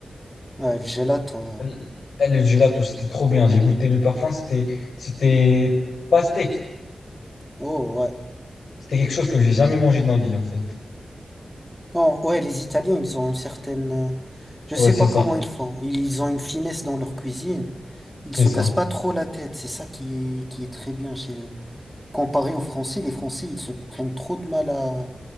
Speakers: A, in the centre; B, on the left.
A: Ouais, le gelato, ouais.
B: l- le gelato, c'était trop bien. J'ai goûté le parfum, c'était, c'était pas steak.
A: Oh, ouais.
B: C'était quelque chose que j'ai jamais mangé de ma vie, en fait.
A: Non, ouais, les Italiens, ils ont une certaine... euh, Je sais
B: Ouais, c'est
A: pas
B: ça,
A: comment ils font. Ils, ils ont une finesse dans leur cuisine. Ils
B: c'est
A: se
B: ça.
A: cassent pas trop la tête. C'est ça qui est, qui est très bien chez eux. Comparé aux Français, les Français, ils se prennent trop de mal à,